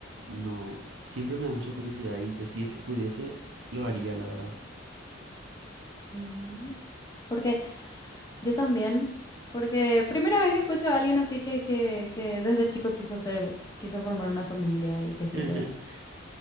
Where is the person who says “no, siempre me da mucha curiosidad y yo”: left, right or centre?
Right